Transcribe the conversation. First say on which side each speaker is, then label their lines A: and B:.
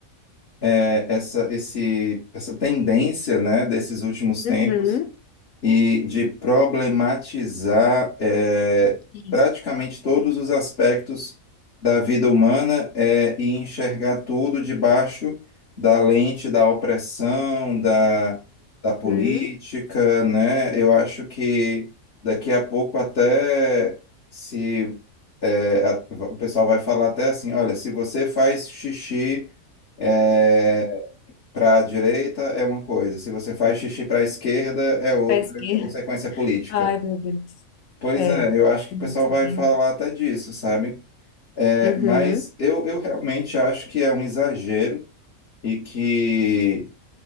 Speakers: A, on the left; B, on the left.
A: é, essa, esse, essa tendência, né, desses últimos tempos
B: Uhum.
A: e de problematizar eh,
B: Isso.
A: praticamente todos os aspectos da vida humana eh, e enxergar tudo debaixo da lente da opressão, da, da política,
B: Uhum.
A: né? Eu acho que daqui a pouco até se eh, a- o pessoal vai falar até assim, olha, se você faz xixi eh, para a direita é uma coisa, se você faz xixi para a esquerda é outra
B: Faz o quê?
A: consequência política.
B: Ai, meu Deus.
A: Pois
B: É.
A: é, eu acho que
B: Nossa,
A: o pessoal vai
B: bem.
A: falar até disso, sabe? É,
B: Uhum.
A: mas eu, eu realmente acho que é um exagero e que